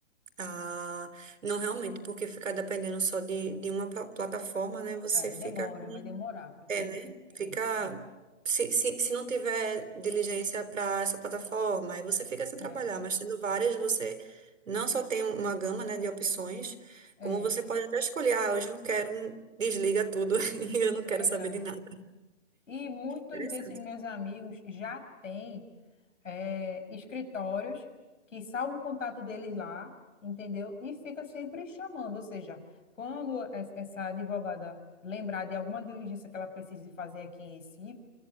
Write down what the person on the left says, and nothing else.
É,
demora,
vai demorar para ter
inteligência.
É,
é,
é verdade.
E muitos
desses meus amigos já têm é, escritórios que salvam o contato deles lá, entendeu? E fica sempre chamando. Ou seja, quando es- essa advogada lembrar de alguma diligência que ela precise fazer aqui em Recife,